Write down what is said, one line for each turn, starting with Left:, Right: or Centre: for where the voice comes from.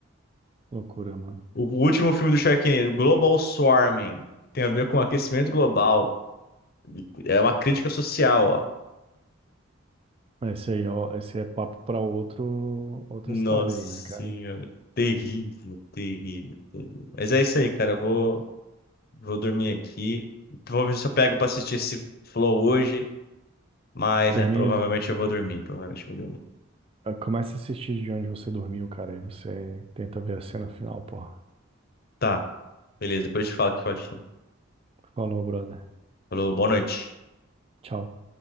Right: Loucura, mano.
Left: O último filme do Sharknado, Global Swarming, tem a ver com aquecimento global. É uma crítica social, ó.
Right: Mas Esse aí, ó, esse é papo pra outro, outra
Left: Nossa
Right: história aí,
Left: senhora.
Right: né, cara?
Left: Terrível, terrível, terrível. Mas é isso aí, cara. Eu Vou, vou dormir aqui. Vou ver se eu pego pra assistir esse Flow hoje. Mas,
Right: Termina,
Left: né, provavelmente eu vou dormir. Provavelmente eu vou dormir.
Right: Ah, Começa a assistir de onde você dormiu, cara, e você tenta ver a cena final, porra.
Left: Tá, beleza. Depois eu te falo o que eu achei.
Right: Falou, brother.
Left: Falou, boa noite.
Right: Tchau.